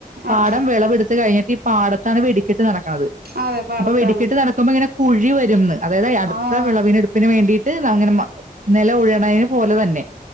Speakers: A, on the right (about 55°); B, on the right (about 85°).
A: പാടം
B: ആഹ് ആഹ് ആഹ് ആഹ്
A: വെളവെടുത്ത് കഴിഞ്ഞിട്ട് ഇ പാടത്താണ് വെടിക്കെട്ട് നടക്ണത്
B: അതെ പാടത്താണ്
A: അപ്പൊ വെടിക്കെട്ട് നടക്കുമ്പങ്ങനെ കുഴി വരുംന്ന് അതായത് അടുത്ത
B: ആഹ്
A: വിളവിനെടുപ്പിന് വേണ്ടിട്ട് <unintelligible> നെല ഉഴണേന് പോലെ തന്നെ